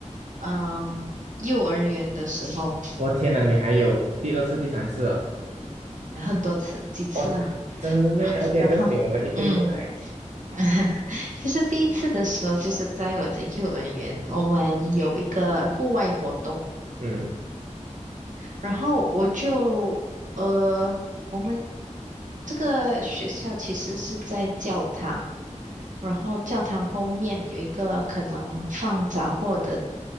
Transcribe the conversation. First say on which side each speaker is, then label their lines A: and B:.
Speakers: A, on the right; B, on the right.
A: 嗯幼儿园的时候，
B: 我天哪，你还有第二次、第三次哦？
A: 很多次，几次啦。
B: 哦，真真的咩？OK，
A: 然后嗯，
B: 不用紧，我们一个一个来。
A: <laughs> 就是第一次的时候，就是在我的幼儿园，我们有一个户外活动，
B: 嗯
A: 然后我就呃，我们这个学校其实是在教堂。然后教堂后面有一个可能放杂货的